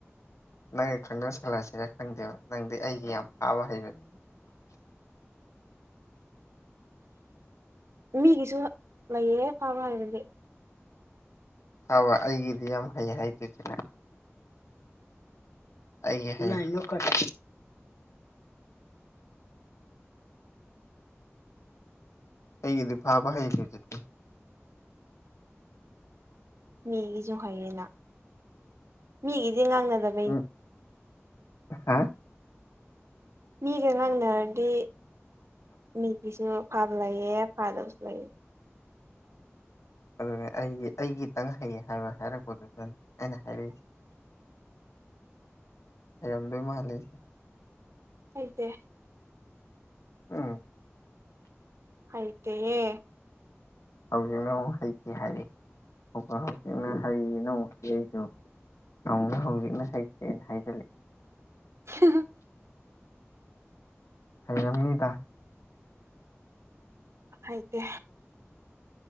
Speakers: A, on the left (about 85°); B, on the right (about 70°).
A: ꯅꯪꯅ ꯈꯪꯗꯕ ꯁꯂꯁꯤꯔ ꯈꯪꯗꯦꯕ ꯅꯪꯗꯤ ꯑꯩꯒꯤ ꯌꯥꯝ ꯐꯥꯕ ꯍꯩꯕꯅꯤ
B: ꯃꯤꯒꯤꯁꯨ ꯂꯩꯌꯦꯦ ꯐꯕ ꯍꯥꯏꯕꯗꯤ
A: ꯐꯥꯕ ꯑꯩꯒꯤꯗꯤ ꯌꯥꯝ ꯍꯩ ꯍꯥꯏꯗꯁꯤꯅ <unintelligible> ꯑꯩꯒꯤꯗꯤ ꯐꯥꯕ ꯍꯩꯔ ꯆꯠꯇꯦ
B: ꯃꯤꯒꯤꯁꯨ ꯍꯩꯌꯦꯅ ꯃꯤꯒꯤꯗꯤ ꯉꯥꯡꯅꯗꯕ
A: ꯎꯝ ꯍꯥ
B: ꯃꯤꯒ ꯉꯥꯡꯅꯔꯗꯤ ꯃꯤꯒꯤꯁꯨ ꯐꯕ ꯂꯩꯌꯦ ꯐꯗꯕꯁꯨ ꯂꯩꯑ
A: ꯑꯗꯨꯅꯦ ꯑꯩꯒꯤ ꯑꯩꯒꯤꯇꯪ ꯍꯩ ꯍꯥꯏꯕ ꯍꯥꯏꯔꯛꯄꯗꯨꯗꯅꯤ ꯑꯩꯅ ꯍꯥꯏꯔꯛꯏꯁꯦ ꯂꯩꯔꯝꯗꯣꯏ ꯃꯥꯜꯂꯤꯁꯦ
B: ꯍꯩꯇꯦ
A: ꯎꯝ
B: ꯍꯩꯇꯦꯍꯦ
A: ꯍꯧꯖꯤꯛꯅ ꯑꯃꯨꯛ ꯍꯩꯇ ꯍꯥꯏꯔꯤ ꯑꯗꯨꯒ ꯍꯧꯖꯤꯛꯅ ꯍꯩꯅ ꯑꯃꯨꯛ ꯍ ꯑꯩꯁꯨ ꯅꯧꯅ ꯍꯧꯖꯤꯛꯅ ꯍꯩꯇꯦꯅ ꯍꯥꯏꯖꯜꯂꯛꯑꯦ
B: <unintelligible>
A: ꯍꯩꯔꯝꯅꯤꯗ
B: ꯍꯩꯇꯦ